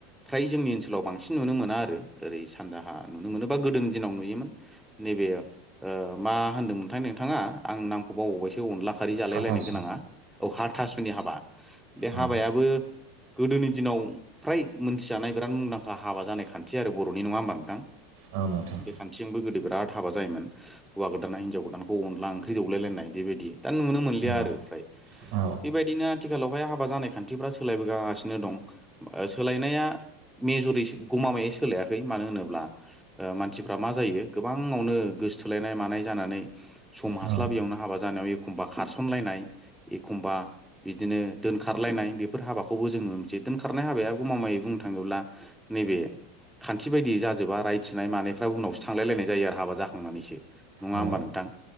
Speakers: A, in the centre; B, on the right (about 65°).
A: फ्राय जोंनि ओनसोलाव बांसिन नुनो मोना आरो एरै सानजाहा नुनो मोनोबा गोदोनि दिनाव नुयोमोन नैबे मा होनदों मोनथाय नोंथाङा आं नामखौ बावबावबायसो अनला खारि जालाय
B: हाथासु
A: लायनाय गोनाङा औ हाथासुनि हाबा बे हाबायाबो
B: औ
A: गोदोनि दिनाव फ्राय मोनथिजानाय बिराद मुंदांखा हाबा जानाय खानथि आरो बर'नि नङा होमबा नोंथां
B: औ नोंथां
A: बे खानथिजोंबो गोदोबाय बिराद हाबा जायोमोन हौवा गोदाना हिनजाव गोदानखौ अनला ओंख्रि दौलायलायनाय बेबायदि दा नुनो मोनलिया
B: औ
A: आरो फ्राय
B: औ
A: बेबायदिनो आथिखालावहाय हाबा जानाय खानथिफ्रा सोलायबोगासिनो दं सोलायनाया मेजरि सोलायाखै मानो होनोब्ला मानसिफ्रा मा जायो गोबांयावनो गोसोथोलायनाय माजानाय सम हास्लाबैयावनो
B: औ
A: हाबा जानायाव एखमबा खारसनलायनाय एखमबा बिदिनो दोनखारलायनाय बेफोर हाबाखौबो जोंनो मोनसे दोनखारनाय हाबाया गमामायै बुंनो थाङोब्ला नैबे खान्थि बायदि जाजोबा रायथिनाय मानायफ्रा उनावसो थांलाय लायनाय जायो आरो हाबा जा जाखांनानैसो नङा
B: औ
A: होमबा नोंथां